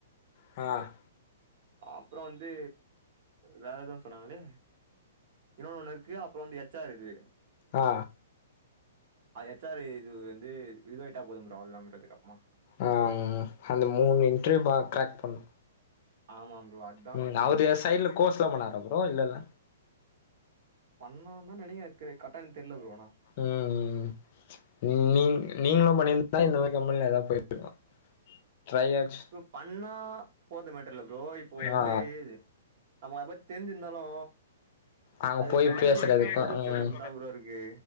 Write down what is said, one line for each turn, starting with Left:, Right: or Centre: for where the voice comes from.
Left: அ
Right: அப்புற வந்து வேற எதோ ஒன் சொன்னாங்களே இன்னொன் ஒன்னு இருக்கு அப்புற வந்து எச் ஆர் இதுவே
Left: ஆ
Right: அ எச் ஆரு இது வந்து இதுவ் ஆயிட்டா போதும் ப்ரோ அவுள் நம் அதுக் அப்மா
Left: ஆ அந்த மூண் இன்ட்ர்வியூ பா க்ரேக் பண்னு
Right: ஆமா ப்ரோ அட்
Left: ம் அவுரு எத் சைட்ல கோர்ஸ்லா பண்ணாரா ப்ரோ இல்லல்ல
Right: பண்ணான்தா நெனக்கிற தெரி கர்ட்டா எனுக் தெர்ல ப்ரோ அனா
Left: ம் ம் நீங் நீங்ளு பண்ணிருந்தா இந்த மாரி கம்பெனில எதா போயிட்ருக்லா ட்ரை ஆச்சு
Right: ப்ரோ பண்ணா போற்து மேட்டர் இல்ல ப்ரோ இப்போ வந்து
Left: ஆ
Right: நமக் அத பத்தி தெர்ஞ்சிர்ந்தாலு
Left: அங்க
Right: அது
Left: போய்
Right: கான்பிடென்ட்டா
Left: பேசுறதுக்கு
Right: பதுல் சொல்றதுல்தா
Left: ம்
Right: ப்ரோ இருக்கு